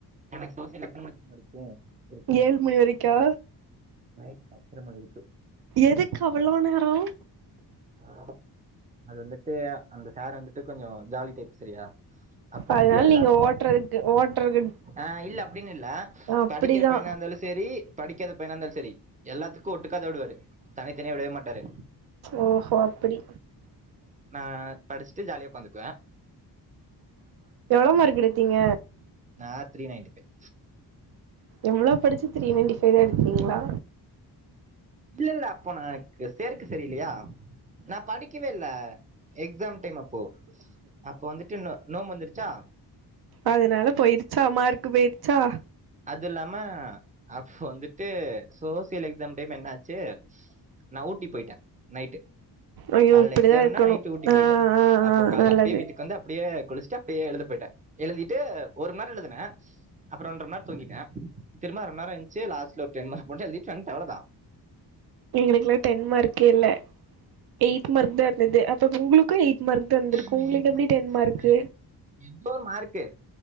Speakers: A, on the right; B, on the right.
A: எனக்கு சோசியல் எத்தன மணிக்கு முடிக்கு இருக்கு
B: ஏழு மணி வரைக்கா
A: நைட் பத்தரமா இருக்கு
B: எதுக்கு அவ்ளோ நேரோ
A: ஆமா அது வந்துட்டு அந்த சார் வந்துட்டு கொஞ்சோ ஜாலி டைப் சரியா அப்ப
B: அதனால
A: வந்துட்டு எல்லா
B: நீங்க ஓட்றதுக்கு ஓட்றக்கு
A: ஆ இல்ல அப்டின்னு இல்ல
B: அப்டிதா
A: படிக்கிற பையனா இருந்தாலு செரி படிக்காத பையனா இருந்தாலு செரி எல்லாத்துக்கு ஒட்டுக்காத விடுவாரு தனித்தனியா விடவே மாட்டாரு
B: ஓஹோ அப்டி
A: நா படிச்சிட்டு ஜாலியா ஒக்காந்துக்குவே
B: எவ்ளோ மார்க் எடுத்தீங்க
A: நான் த்ரீ நயன்டி ஃபைவ்
B: எவ்ளோ படிச்சி தீரி நைண்டி ஃபைவ் இது எடுத்தீங்களா
A: இல்ல இல்ல அப்போ நான் எனக்கு சேர்க் சரி இல்லயா நா படிக்கவே இல்ல எக்ஸாம் டைம் அப்போ அப்போ வந்துட்டு இன்னு நோம்பு வந்திருச்சா
B: அதனால போயிருச்சா மார்க் போயிருச்சா
A: அது இல்லாம அப்போ வந்துட்டு சோசியல் எக்ஸாம் டைம் என்ன ஆச் சி நா ஊட்டி போயிட்டே நைட்டு
B: ஐயோ
A: கால்ல
B: இப்டிதா
A: எக்ஸாம்னா
B: இருக்கணு
A: நைட்டு் ஊட்டி
B: ஆ
A: போயிட்டேன்
B: ஆ
A: அப்ப
B: ஆ
A: கால்ல
B: நல்லது
A: அப்டியே வீட்டுக்கு வந்து அப்டியே குளிச்சிட்டு அப்டியே எழுத போயிட்டே எழுதீட்டு ஒருமணி நேரோ எழுதனே அப்பறோ ஒன்ற மணி நேரோ தூங்கிட்டேன் திரும்ப அர மணி நேரோ எந்ச்சி லாஸ்ட் லா ஒரு டென் மார்க் மட்டு எழுதீட்டு வந்தேன் அவ்ளோதா
B: எங்களுக்கெல்லா டென் மார்க்கே இல்ல எயிட் மார்க் தா இருந்தது அப்ப உங்களுக்கு எயிட் மார்க் தா இருந்துருக்கு
A: சாரி
B: உங்களுக்கு எப்டி டென் மார்க்
A: சாரி எதோ ஒரு மார்க்கு